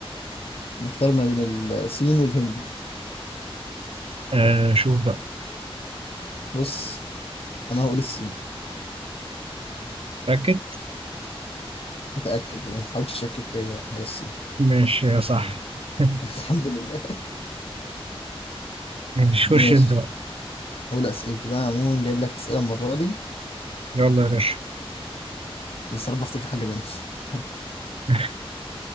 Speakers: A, on the left; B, on the right.
A: محتار ما بين الصين والهند
B: آه شوف بقى
A: بص انا هقول الصين
B: متأكد؟
A: متاكد ما تحاولش تشكك فيا بقى هي الصين
B: ماشي يا صح <laughs>
A: <laughs> الحمد لله
B: ماشي خش
A: ماشي
B: أنت بقى
A: أول أسئلتي بقى عموما جايب لك أسئلة المرة دي
B: يلا يا باشا
A: بس يا رب أفتكر حاجة منهم <laughs>
B: <laughs>